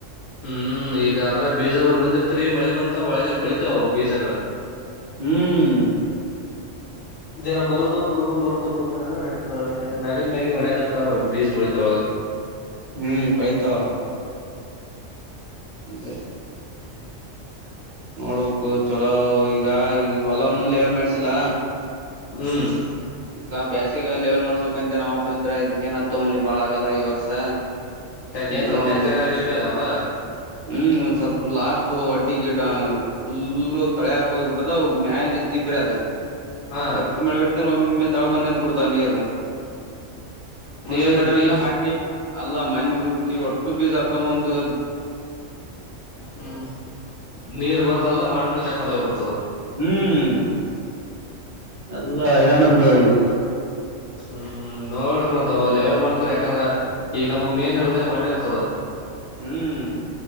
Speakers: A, on the left; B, on the right.
A: ಹ್ಮ್ ಈಗ ಅದ್ರ ಬೀಜ ಊರ್ ಬಂದಿರ್ತರಿ ಮಳಿ ಬಂತ ಒಳಗ ಕುಳಿತಾವವು ಬೀಜಗಳ
B: ಹ್ಮ್
A: ಜನ ಬರುದು ಬಿಡದು ಬರುದು ಬಿಡ ಮಾಡಿದ್ರ ನಡಸತದ ಮ್ಯಾಗಿನ್ ಮ್ಯಾಗಿಿ ಹೊಡ್ಯಾತ್ತತ್ವ್ರ ಬೀಜ ಗೊಳಿತ ಒಳ <inaudible>
B: ಹ್ಮ್ ಕಳತಾವ ಅತ್ತ ನೋಡ್ಬೇಕು ಚೊಲೋ ಈಗ ಹೊಲವನ್ನು ೇವೆಲ್ ಮಾಡ್ಿಸಿಲ್ಲ
A: ಹ್ಮ್
B: ಹಾ ಬ್ಯಾಚ್ ಲೆವೆಲ್ ಮಾಡ್ಸಬೇಕು ಅಂತ ನಮ್ಮಪ್ಪ ಇದ್ರ ಇದಕೇನತ್ತ ತಂಬಳಿ ಬಾಳ ಆಗಲ್ಲ ಈ ವರ್ಸ
A: ಯಾಕ
B: ಈ
A: ಏನು ತೆಗ್ಗ
B: ಒಂದು
A: ಡಿಬ್ಬಿ ಅದಾವಲ್ಲ
B: ಹ್ಮ್ ಸ್ವಲ್ಪ ಲಾಸ್ಟ್ ಅಡ್ಡಿ ಗಿಡ ಫುಲ್ಲು ತಳೆ ಹಾಕ ಹೋಗಿಬಿಟ್ಟದ ಮ್ಯಾಲ ದಿಬ್ರ ಅದ
A: ಹಾ
B: ಒತ್ತಿ ಮಳಬಡ ಒಮ್ಮೆ ತಾಳ ಬನ್ನಿ ಅಂತ ಕೊಡ್ತಾವ ನೀರು
A: ನೀರ್
B: ಅ್ಯ ಮಡ್ಯವ
A: ನೀ
B: ಇ ಮ ಅಲ್ಲ ಮೈನೂಊ ಬಿಟ್ಟಿ ಒಟ್ಟು ಬೀಜ ಸರ್ಕೊಂಬಂದು
A: ಹ್ಮ್ ನೀರ್ ಬರ್ದಲ್ಲ ಮಣ್ಣನ್ನು ಜಾಕೊಂಡ ಹೋಗ್ಬಿಡ್ತದ
B: ಹ್ಮ್ ಎಲ್ಲ ಹೈರಾಣ್ದ ಈಗೆಲ್ಲ
A: ಹ್ಮ್ ಹ್ಮ್ ನೋಡ್ರಿ ಮತ್ತೆ ಅಥವಾ ಲೆವೆಲ್ ಮಾಡ್ಕರಿ ಯಾಕಂದ್ರ ಈಗ ನಮ್ ಮೇನ್ ಇರದೆ ಮಣ್ಣ ಇರ್ತದ
B: ಹ್ಮ್